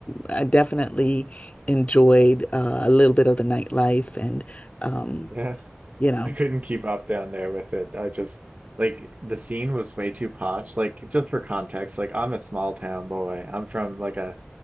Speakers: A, on the left; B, on the right.
A: I definitely enjoyed uh, a little bit of the nightlife and, um,
B: yeah. <laughs>
A: you know,
B: I couldn't keep up down there with it. I just like the scene was way too posh. Like just for context, like I'm a small town boy. I'm from like a